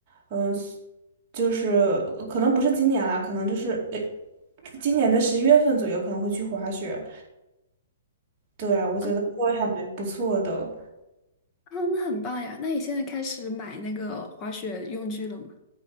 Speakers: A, on the right; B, on the left.
A: 嗯，就是呃可能不是今年啦，可能就是呃，今年的十一月份左右可能会去滑雪。对，我觉得会还蛮不错的。
B: 啊啊，那很棒呀！那你现在开始买那个滑雪用具了吗？